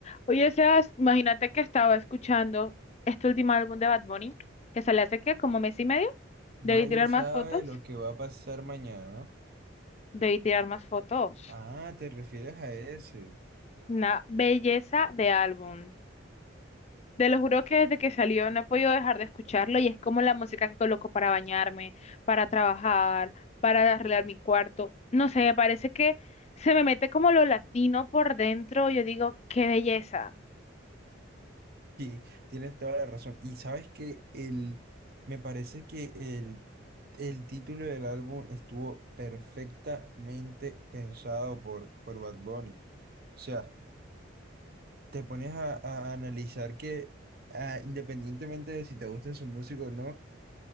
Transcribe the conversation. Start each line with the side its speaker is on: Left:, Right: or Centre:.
Left: Oye, Sebas, imagínate que estaba escuchando este último álbum de Bad Bunny, que sale hace que como mes y medio.
Right: Nadie
Left: Debí tirar
Right: sabe
Left: más fotos,
Right: lo que va a pasar mañana.
Left: debí tirar más fotos.
Right: Ah, te refieres a ese.
Left: Una belleza de álbum. Te lo juro que desde que salió no he podido dejar de escucharlo y es como la música que coloco para bañarme, para trabajar, para arreglar mi cuarto. No sé, me parece que se me mete como lo latino por dentro. Yo digo, qué belleza.
Right: Sí, tienes toda la razón. Y sabes que el, me parece que el, el título del álbum estuvo perfectamente pensado por, por Bad Bunny. O sea, te pones a, a analizar que ah, independientemente de si te gusta su música o no,